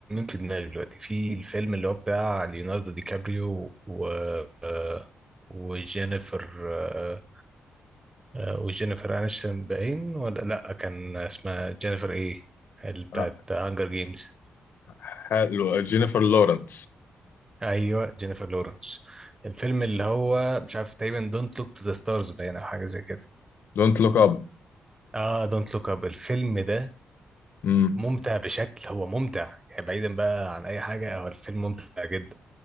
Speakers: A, on the right; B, on the left.
A: في دماغي دلوقتي في الفيلم اللي هو بتاع ليوناردو دي كابريو و آه، وجينيفر آه، آه، وجينيفر انشتون باين ولا لا كان اسمها جينيفر ايه اللي بتاعت
B: آه،
A: هانجر جيمز
B: حلو جينيفر لورنس
A: ايوه جينيفر لورنس الفيلم اللي هو مش عارف تقريبا دونت لوك تو ذا ستارز باين او حاجه زي كده
B: دونت لوك اب
A: اه دونت لوك اب الفيلم ده
B: امم
A: ممتع بشكل هو ممتع يعني بعيدا بقى عن اي حاجه هو الفيلم ممتع جدا